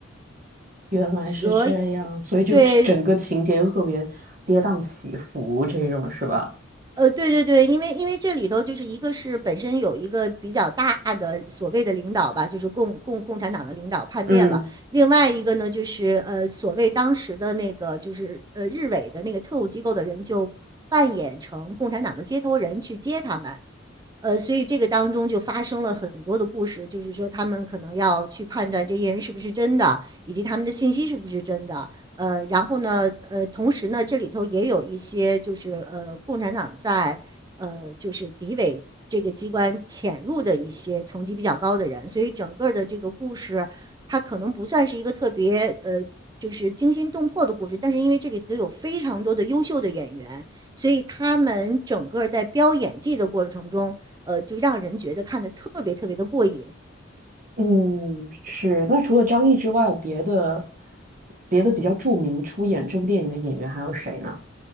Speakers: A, on the right; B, on the right.
A: 原来是这样，
B: 所以
A: 所以就整整个情节就特别跌宕起伏这种是吧？
B: 对，呃，对对对，因为因为这里头就是一个是本身有一个比较大的所谓的领导吧，就是共共共产党的领导叛变了，
A: 嗯
B: 另外一个呢就是呃所谓当时的那个就是呃日伪的那个特务机构的人就扮演成共产党的接头人去接他们，呃，所以这个当中就发生了很多的故事，就是说他们可能要去判断这些人是不是真的，以及他们的信息是不是真的。呃，然后呢，呃，同时呢，这里头也有一些就是呃，共产党在呃就是敌伪这个机关潜入的一些层级比较高的人，所以整个的这个故事，它可能不算是一个特别呃。就是惊心动魄的故事，但是因为这里头有非常多的优秀的演员，所以他们整个在飙演技的过程中，呃，就让人觉得看的特别特别的过瘾。
A: 嗯，是。那除了张译之外，别的别的比较著名出演这部电影的演员还有谁呢？